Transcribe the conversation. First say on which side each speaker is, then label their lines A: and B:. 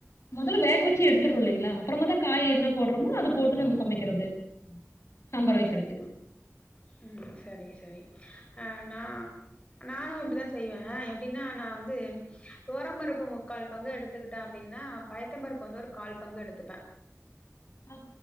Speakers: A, on the left; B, on the left.
A: மொதல்ல வேக வெச்சு எடுத்துரோ இல்லிங்ளா அப்றமா தா காய் எதுனா போட்றோமோ அத போட்டு நம்ம சமைக்கிறது சாம்பார்
B: ஆ
A: வைக்கிறதுக்கு.
B: சரிமா ம் சரி சரி அ நா நானு அப்டிதா செய்வே எப்டின்னா நா வந்து துவரம்பருப்பு முக்கால் பங்கு எடுத் துக்கிட்டோ அப்டின்னா பய்த்தம் பருப்பு வந்து ஒரு கால் பங்கு எடுத்துப்பே
A: அ